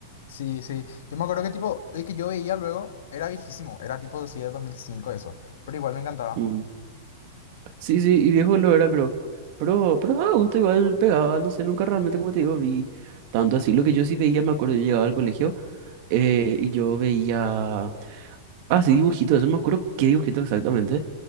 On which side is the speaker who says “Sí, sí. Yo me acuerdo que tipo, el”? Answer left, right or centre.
Left